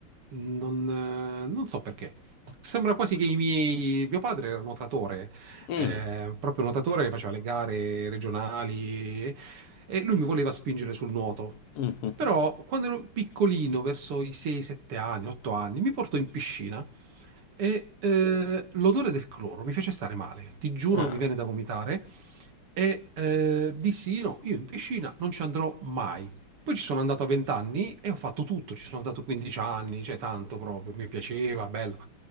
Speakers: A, on the right (about 90°); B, on the left (about 85°).
A: non, eh, non so perché. Sembra quasi che i miei, mio padre era nuotatore,
B: Mm,
A: eh, proprio nuotatore, faceva le gare regionali e lui mi voleva spingere sul nuoto.
B: mhm.
A: Però quando ero piccolino, verso i 6-7 anni, 8 anni, mi portò in piscina e eh, l'odore del cloro mi fece stare male. Ti giuro,
B: Ah,
A: mi viene da vomitare. E eh, dissi: No, io in piscina non ci andrò mai. Poi ci sono andato a 20 anni e ho fatto tutto. Ci sono andato 15 anni, cioè tanto proprio, mi piaceva, bello.